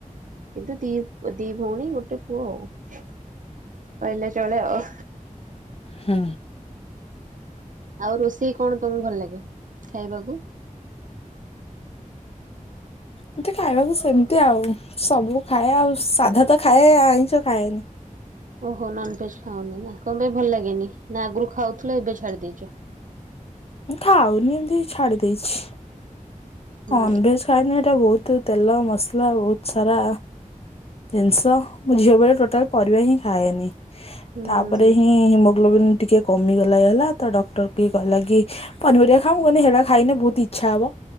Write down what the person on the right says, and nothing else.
କିନ୍ତୁ ଦି ଦି ଭଉଣି ଗୋଟେ ପୁଅ ଆଉ। କହିଲେ ଚଳେ ଆଉ।
ଆଉ ରୋଷେଇ କଣ ତମକୁ ଭଲ ଲାଗେ ଖାଇବାକୁ?
ଓହୋ ନନଭେଜ୍ ଖାଓନି ନା କଣ ପାଇଁ ଭଲ ଲାଗେନି ନା ଆଗରୁ ଖାଉଥିଲ ଏବେ ଛାଡି ଦେଇଛ?
ହୁଁ
ହୁଁ